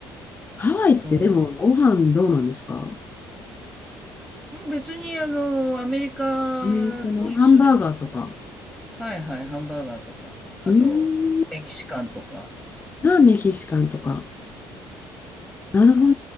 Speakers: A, on the left (about 20°); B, in the centre.
A: ハワイってでもご飯どうなんですか
B: そう。うん、別にあの、アメリカと一緒ですよ。
A: アメリカのハンバーガーとか。
B: はいはい、ハンバーガーとか、あと、
A: うーん。
B: メキシカンとか、
A: あ、メキシカンとか。なるほ